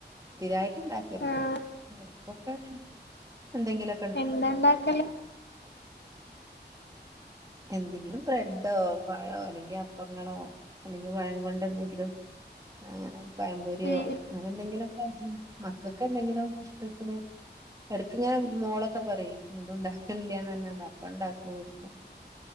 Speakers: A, on the right (about 20°); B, on the left (about 80°).
A: സ്ഥിരായിട്ട്ണ്ടാക്കൽല്ല്യ.
B: ആഹ്
A: ഇടക്കൊക്കങ്ങനെ എന്തെങ്കിലു
B: എന്താണ്ടാക്കല്.
A: എന്തെങ്കിലും ബ്രെഡോ പഴോ അല്ലെങ്കി അപ്പങ്ങളോ അല്ലെങ്കി പഴം കൊണ്ടന്തെങ്കിലും അങ്ങനെ പഴം പൊരിയോ
B: ഉം
A: അങ്ങനെ എന്തെങ്കിലൊക്കആയിട്ട് മക്കക്ക് എന്തെങ്കിലും ഇഷ്ടത്തിന് എടക്ക്‌ങ്ങനെ മോളൊക്കെ പറയു എന്തുണ്ടാക്കുന്നില്ല്യാന്ന് പറഞ്ഞ അപ്പ ണ്ടാക്ക്‌കൊടുക്കും.